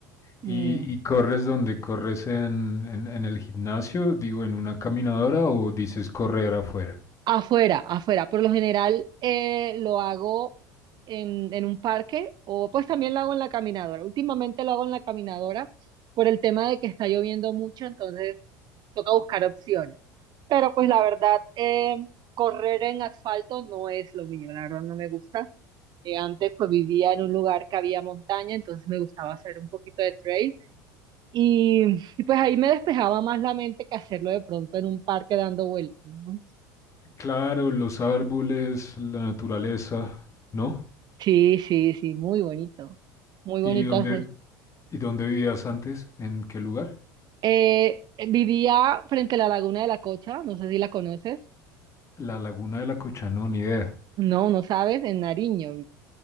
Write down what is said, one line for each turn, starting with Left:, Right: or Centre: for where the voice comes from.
Left: ¿Y,
Right: Mm,
Left: y corres donde corres en, en, en el gimnasio? Digo, en una caminadora o dices correr afuera.
Right: Afuera, afuera. Por lo general, eh, lo hago en, en un parque o pues también lo hago en la caminadora. Últimamente lo hago en la caminadora por el tema de que está lloviendo mucho, entonces toca buscar opciones. Pero pues la verdad, eh, correr en asfalto no es lo mío, la verdad no me gusta. Eh, antes pues vivía en un lugar que había montaña, entonces me gustaba hacer un poquito de trail y, y, pues ahí me despejaba más la mente que hacerlo de pronto en un parque dando vueltas, ¿no?
Left: Claro, los árboles, la naturaleza, ¿no?
Right: Sí, sí, sí, muy bonito, muy
Left: ¿Y
Right: bonito
Left: dónde,
Right: hacer.
Left: y dónde vivías antes? ¿En qué lugar?
Right: Eh, vivía frente a la Laguna de la Cocha, no sé si la conoces,
Left: La Laguna de la Cocha, no, ni idea.
Right: no, no sabes, en Nariño.